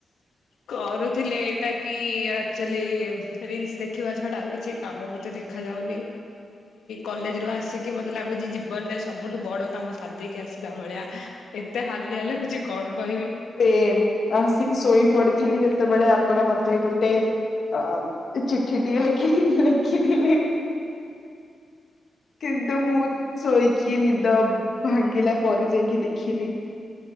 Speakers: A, on the left (about 85°); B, on the left (about 45°).
A: କରୁଥିଲେ ଟା କି ଆଚ ରିଲସ ଦେଖିବା ଛଡା ଆଉ କିଛି କାମ ମତେ ଦେଖା ଯାଉନି କଲେଜ ରୁ ଆସିକି ମତେ ଲାଗୁଛି ଜୀବନ ରେ ସବୁଠୁ ବଡ କାମ ସାଧକି ଆସିଲା ଭଳିଆ ଏତେ ହାଲିଆ ଲାଗୁଛି କଣ କହିବି।
B: ସେ ଆସିକି ଶୋଇ ପଡିଥିଲି ଯେତେବେଳେ ଆପଣ ବତେ ଗୋଟେ ଅ ଚିଠି ଟିକେ ଲେଖି ଲେଖିଥିଲଥିଲି। କିନ୍ତୁ ମୁଁ ଶୋଇ କି ନିଦ ଭାଙ୍ଗିଲା ପରେ ଯାଇକି ଦେଖିଲି।